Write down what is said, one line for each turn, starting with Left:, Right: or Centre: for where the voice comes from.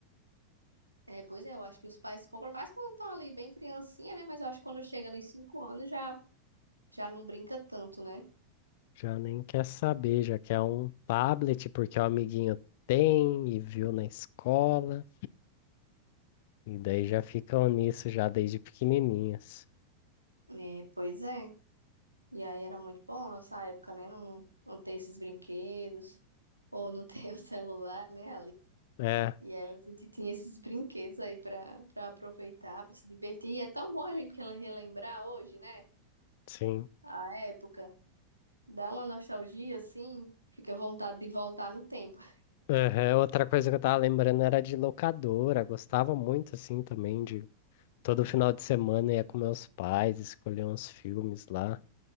Right: É, pois é, eu acho que os pais compram mais quando estão ali bem criancinha, né? Mas eu acho que quando chega ali cinco anos já, já não brinca tanto, né?
Left: Já nem quer saber, já quer um tablet porque o amiguinho tem e viu na escola. E daí já ficam nisso já desde pequenininhas.
Right: É, pois é. E aí era muito bom nossa época, né? Não, não ter esses brinquedos, ou não ter <laughs> o celular, né?
Left: É,
Right: E aí a gente tinha esses brinquedos aí pra, pra aproveitar, pra se divertir. E é tão bom a gente rele- relembrar hoje, né?
Left: sim.
Right: A época. Dá uma nostalgia, assim, fica vontade de voltar no tempo.
Left: Aham, Outra coisa que eu tava lembrando era de locadora. Gostava muito, assim, também de todo final de semana ia com meus pais, escolher uns filmes lá.